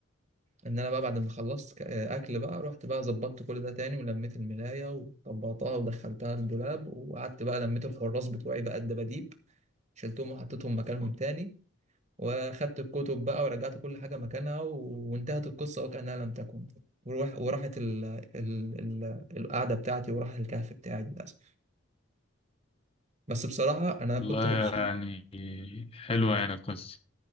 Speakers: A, on the right; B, on the left.
A: ان انا بقى بعد ما خلصت ك- اكل بقى رحت بقى ظبطت كل ده تاني ولميت الملايه وطبقتها ودخلتها الدولاب وقعدت بقى لميت الحراس بتوعي بقى الدباديب شلتهم وحطيتهم مكانهم تاني واخدت الكتب بقى ورجعت كل حاجه مكانها و... وانتهت القصه وكانها لم تكن وروح... وراحت ال... ال... ال... القعده بتاعتي وراح الكهف بتاعي للاسف بس بصراحة أنا
B: والله
A: كنت مبسوط
B: يعني حلوة يعني القصة